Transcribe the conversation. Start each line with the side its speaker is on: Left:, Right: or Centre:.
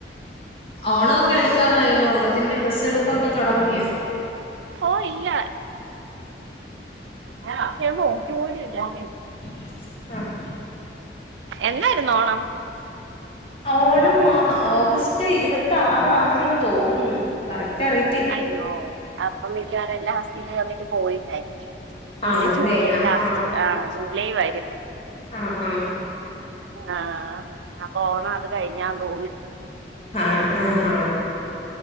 Left: ഓണവൊക്കെ അടുക്കാറായല്ലോ ഓണത്തിന്റെ ഡ്രസ്സ് എട് പ്പൊക്കെ തൊടങ്ങിയൊ
Right: ഓഹ് ഇല്ല ഞാനോക്കിയപോലുല്ലാന്നെ
Left: ആഹ്
Right: എന്നാരുനോണം
Left: ഓണം ഓഗസ്റ്റ് ഇരുപത്തി ആറാണെന്ന് തോന്നുന്നു കറക്റ്റ് അറിയ
Right: അയ്യോ അപ്പം മിക്കവാറുന്റെ ഹസ്ബന്റ് വന്നി പോയിട്ടാരിക്കും പുള്ളി
Left: ആണല്ലേ
Right: ജൂലൈ
Left: ആഹാ
Right: ലാസ്റ്റ് ആഹ് ജൂലൈ വരും
Left: ആഹ് ഹ്
Right: ആഹ് അപ്പം ഓണം അത് കഴിഞ്ഞാന് തോന്ന്
Left: ആണ ആഹാ